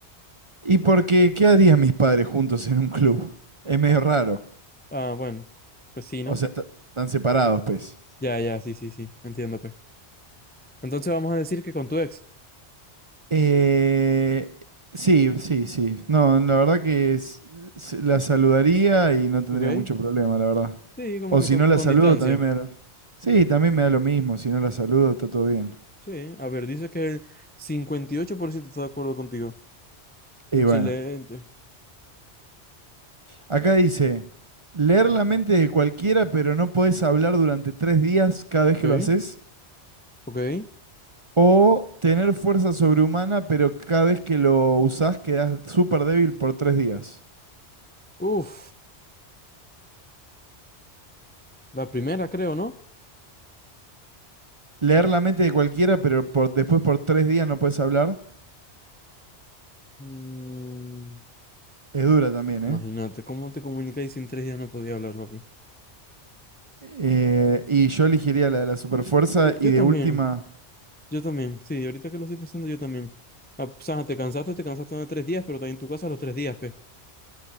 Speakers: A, on the right; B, on the left.
A: Y porque, ¿qué harían mis padres juntos en un club? Es medio
B: Ah,
A: raro.
B: Ah, bueno, pues sí, ¿no?
A: O sea, ta- están separados, pues.
B: Ya, ya, sí, sí, sí, entiendo, pues. Entonces vamos a decir que con tu ex,
A: Eh, sí, sí, sí. No, la verdad que s- s- la saludaría y no tendría
B: ¿ok?
A: mucho problema, la verdad.
B: Sí, como
A: O
B: que
A: si
B: con,
A: no la
B: con
A: saludo,
B: distancia.
A: también me da lo... Sí, también me da lo mismo. Si no la saludo, está todo bien.
B: Sí, a ver, dice que el 58% está de acuerdo contigo.
A: Y
B: Excelente.
A: bueno, acá dice, leer la mente de cualquiera, pero no podés hablar durante tres días cada vez
B: Ok,
A: que lo haces.
B: ok.
A: O tener fuerza sobrehumana, pero cada vez que lo usás quedás súper débil por tres días.
B: Uf, la primera creo, ¿no?
A: Leer la mente de cualquiera, pero por, después por tres días no puedes hablar.
B: Mm,
A: Es dura también,
B: imagínate,
A: ¿eh?
B: ¿cómo te comunicas y si en tres días no podía hablar, papi?
A: Eh, Y yo elegiría la de la superfuerza
B: Yo, yo
A: y de
B: también,
A: última...
B: yo también, sí, ahorita que lo estoy pensando, yo también. Ah, o sea, te cansaste, te cansaste de tres días, pero también en tu casa los tres días, pe.